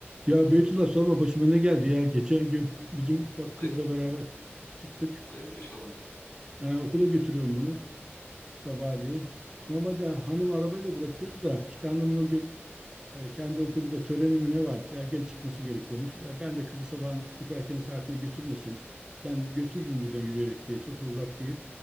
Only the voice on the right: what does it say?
Ya Beytullah sorma başıma ne geldi ya. Geçen gün bizim ufak
kızla beraber çıktık.
Ha, okula götürüyorum bunu sabahleyin. Normalde hanım arabayla bırakıyordu da işte hanımın o gün e, kendi okulunda töreni mi ne varmış. Erken çıkması gerekiyormuş. E, ben de kızı sabahın çok erken saatinde götürmesin. Ben götürürüm buradan yürüyerek diye. Çok da uzak değil